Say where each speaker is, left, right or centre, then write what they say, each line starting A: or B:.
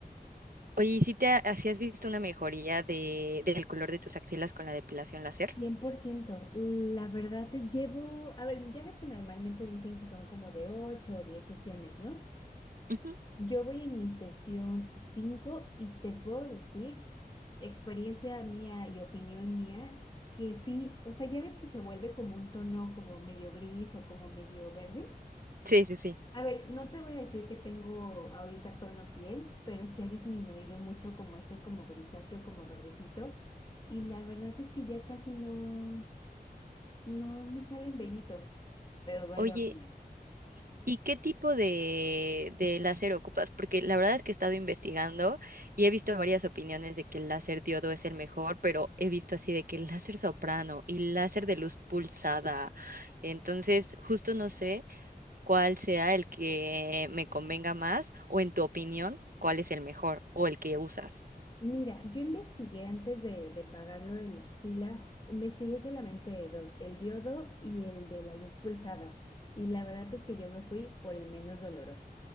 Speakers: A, on the right; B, on the left.
A: Oye, ¿y si te ha- si has visto una mejoría de, del color de tus axilas con la depilación láser?
B: cien por ciento La verdad, te llevo, a ver, ya ves que normalmente dicen que son como de 8 o 10 sesiones, ¿no?
A: Ujú.
B: Yo voy en mi sesión 5 y te puedo decir, experiencia mía y opinión mía, que sí, o sea, ya ves que se vuelve como un tono como medio gris o como medio verde.
A: Sí, sí, sí.
B: A ver, no te voy a decir que tengo ahorita tono piel, pero sí ha disminuido mucho como ese como grisáceo, como verdecito. Y la verdad es que ya casi no. No me salen vellitos, pero duele
A: Oye,
B: horrible.
A: ¿Y qué tipo de, de láser ocupas? Porque la verdad es que he estado investigando y he visto varias opiniones de que el láser diodo es el mejor, pero he visto así de que el láser soprano y láser de luz pulsada. Entonces, justo no sé cuál sea el que me convenga más o en tu opinión, cuál es el mejor o el que usas.
B: Mira, yo investigué antes de, de pagarlo el axila, investigué solamente dos, el diodo y el de la luz pulsada. Y la verdad es que yo me fui por el menos doloroso.